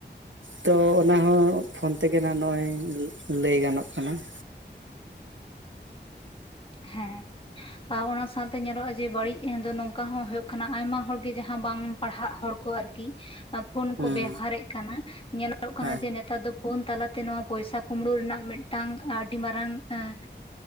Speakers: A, on the right (about 90°); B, on the left (about 30°).
A: ᱛᱚ ᱚᱱᱟ ᱦᱚᱸ ᱯᱷᱳᱱ ᱛᱮᱜᱮ ᱱᱟᱜ ᱱᱚᱜᱼᱚᱭ ᱞᱟᱹᱭ ᱜᱟᱱᱚᱜ ᱠᱟᱱᱟ ᱾
B: ᱦᱮᱸ, ᱟᱨ ᱚᱱᱟ ᱥᱟᱶᱛᱮ ᱧᱮᱞᱚᱜᱼᱟ ᱡᱮ ᱵᱟᱹᱲᱤᱡ ᱫᱚ ᱱᱚᱝᱠᱟ ᱦᱚᱸ ᱦᱳᱭᱳᱜ ᱠᱟᱱᱟ ᱟᱭᱢᱟ ᱦᱚᱲ ᱜᱮ ᱡᱟᱦᱟᱸ ᱵᱟᱝ ᱯᱟᱲᱦᱟᱜ ᱦᱚᱲ ᱠᱚ ᱟᱨᱠᱤ, ᱯᱷᱳᱱ
A: ᱦᱮᱸ
B: ᱠᱚ ᱵᱮᱣᱦᱟᱨᱮᱫ ᱠᱟᱱᱟ ᱧᱮᱞᱚᱜᱚᱜ ᱠᱟᱱᱟ
A: ᱦᱮᱸ
B: ᱡᱮ ᱱᱮᱛᱟᱨ ᱫᱚ ᱯᱷᱳᱱ ᱛᱟᱞᱟ ᱛᱮ ᱱᱚᱣᱟ ᱯᱚᱭᱥᱟ ᱠᱩᱢᱲᱩ ᱨᱮᱱᱟᱜ ᱢᱤᱫᱴᱟᱝ ᱟᱹᱰᱤ ᱢᱟᱨᱟᱝ ᱮᱸ